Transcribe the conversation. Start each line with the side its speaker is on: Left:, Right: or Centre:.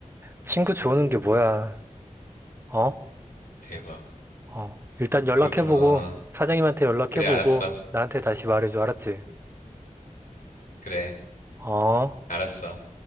Right: 친구 좋은 게 뭐야? 어?
Left: 대박.
Right: 어, 일단 연락해보고,
Left: 그렇구나.
Right: 사장님한테 연락해보고,
Left: 그래, 알았어.
Right: 나한테 다시 말해줘, 알았지?
Left: 그래,
Right: 어?
Left: 알았어.